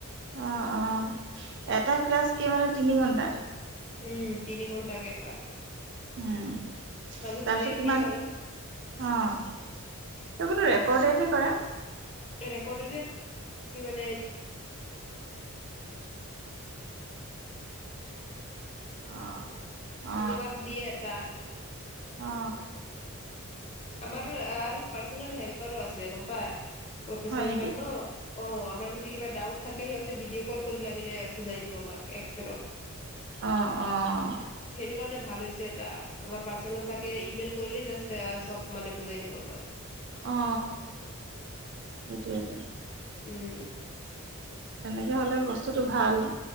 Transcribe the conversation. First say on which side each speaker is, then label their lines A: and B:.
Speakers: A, on the right; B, on the left.
A: অ অ এটা ক্লাছ কি মানে তিনি ঘন্টা
B: উম তিনি ঘণ্টাাকেই এটা
A: উম
B: তছত
A: তাৰপিছত
B: ব্ৰেক
A: কিমান
B: দিয়ে বাৰু
A: অ সেইবোৰতো ৰেকৰ্ডেটহে কৰে ।
B: <unintelligible> কমছে কম সেইকাৰণে
A: অ অ
B: তাত দিয়ে এটা <inaudible>
A: অ
B: আমাৰ আৰু পাৰ্চ হেল্পাৰো আছে গম পা । প্ৰফেচাৰ
A: হয় নেকি
B: বিলাক ন অ আমাৰ যদি কিবা ডাউত থাকে সিহঁতে ভিডিঅ' কল কৰি লাগিলে বুজাই দিব আমাক এক্সেলত
A: অঁ অঁ
B: সেইটো কাৰণে ভাল হৈছে এটা আমাৰ পাৰ্চনেল থাকে ইমেইল কৰিলেই জাষ্ট চব মানে বুজাই দিব আমাক।
A: অ সেইটোয়েটো
B: উম
A: তেনেকে হলে বস্তুটো ভাল